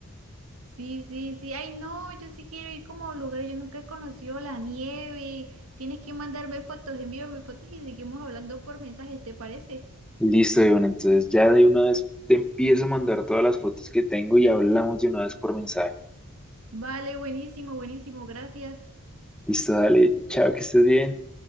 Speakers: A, on the right; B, in the centre.
A: Sí, sí, sí. Ay, no, yo sí quiero ir como a lugares. Yo nunca he conocido la nieve. Tienes que mandarme fotos, envíame fotos y seguimos hablando por mensajes, ¿te parece?
B: Listo, Iván. Entonces ya de una vez te empiezo a mandar todas las fotos que tengo y hablamos de una vez por mensaje.
A: Vale, buenísimo, buenísimo, gracias.
B: Listo, dale. Chao, que estés bien.